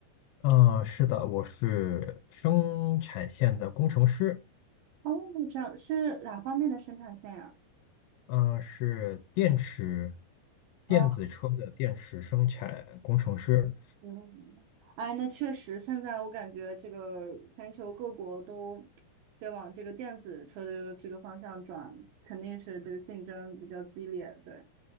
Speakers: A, on the left; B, on the right.
A: 嗯，是的，我是生产线的工程师，
B: 哦，这样是哪方面的生产线呀？
A: 嗯，是电池电子车的电池生产工程师。
B: 哦，嗯，哎，那确实，现在我感觉这个全球各国都在往这个电子车的这个这个方向转，肯定是这个竞争比较激烈，对。